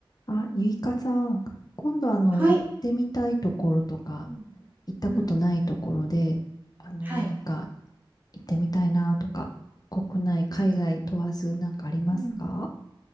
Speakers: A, on the left (about 45°); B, on the right (about 20°).
A: あ、ゆいかさん、今度あの、
B: はい。
A: 行ってみたいところとか、
B: うん。
A: 行ったことないところで、
B: うん。
A: あの、
B: はい。
A: 何か行ってみたいなとか、国内、海外問わずなんかありますか
B: はい。うん。